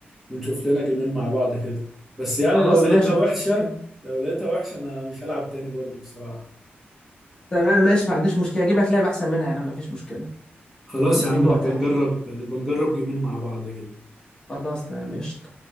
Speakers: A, in the centre; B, on the left (about 25°).
A: ونشوف لنا جيمين مع بعض كده بس يعني
B: خلاص
A: لو لقيتها
B: ماشي
A: وحشة
B: مفيش مشكله
A: لو لقيتها وحشة أنا مش هلعب تاني برضه بصراحة
B: تمام ماشي ما عنديش مشكله اجيب لك لعبه احسن منها يا عم مفيش مشكله
A: خلاص
B: لما
A: يا عم
B: يجي
A: نبقى
B: وقتها
A: نجرب نبقى نجرب جيمين مع بعض كده
B: خلاص تمام قشطه